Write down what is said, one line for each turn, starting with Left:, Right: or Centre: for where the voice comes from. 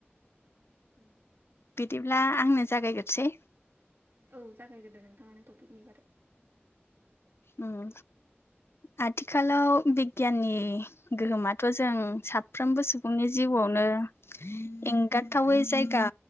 Right: उम
Left: बिदिब्ला आंनो जागायग्रोसै
Right: औ जागायग्रोदो नोंथाङानो टपिकनि बागै
Left: उम आथिखालाव बिगियाननि गोहोमाथ' जों साफ फ्रोमबो सुबुंनि जिउआवनो एंगाराथावै जायगा